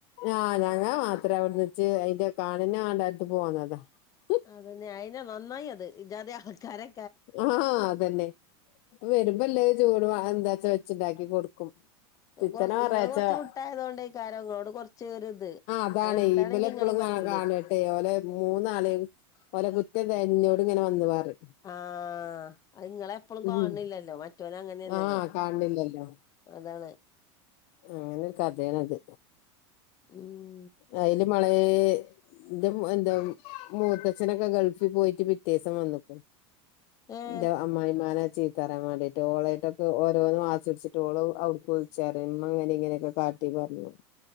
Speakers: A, on the left; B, on the left.
A: ആഹ ഞങ്ങ മാത്രേ എവിടന്ന്ച്ച് അതിന്റെ കാണിന വേണ്ടടുത്ത് പോന്നതെ <unintelligible>
B: അതന്നെ പിന്നെ നന്നായത് ഇജ്ജാതി ആൾക്കാരെ
A: ആ.. അതന്നെ ഇപ്പ വരുമ്പല്ലേ ചൂട് എന്താച്ചാ വെച്ചുണ്ടാക്കി കൊടുക്കും പിത്തനെ
B: കൊറ
A: ഞായറാഴ്ച
B: ഇങ്ങള് കൊറച്ച് കുട്ടായത് കൊണ്ടാ നിങ്ങളോട് കൊറചൊരിത്
A: അതാണ്
B: ആ എടുത്താണെങ്കി
A: ഇബലെപ്പളും
B: ഇങ്ങളെയും
A: കാ
B: പറ്റൂല്ലാ
A: കാണട്ടെ
B: <unintelligible>
A: ഓലെ മൂന്നാളേം ഓലെ കുറ്റം തന്നേ എന്നോട് ഇങ്ങനെ വന്നു പറയും
B: ആ അത് നിങ്ങളെപ്പോളും
A: ഉം
B: കാണണില്ലല്ലോ മറ്റവൻ അങ്ങനെയല്ലല്ലോ
A: ആ കാണില്ലല്ലോ
B: അതാണ്
A: അങ്ങനെരു കഥയാണത്
B: <inaudible>
A: അയില് മള <unintelligible> ഇന്റെ എന്റെ മൂത്തച്ഛനൊക്കെ ഗൾഫിൽ പോയിട്ട് പിറ്റേസം വന്നിക്ക്
B: ഏഹ്
A: ന്റെ അമ്മായിയമ്മ ചീത്തപറയാൻ വേണ്ടീട്ട് ഓളായിട്ടൊക്കെ ഓരോന്നന്ന് വാശിപി <unintelligible> ടിച്ചിട്ട് ഓരോ ചെറിയമ്മ അങ്ങനെ ഇങ്ങനെയൊക്കെ കാറ്റി പറഞ്ഞു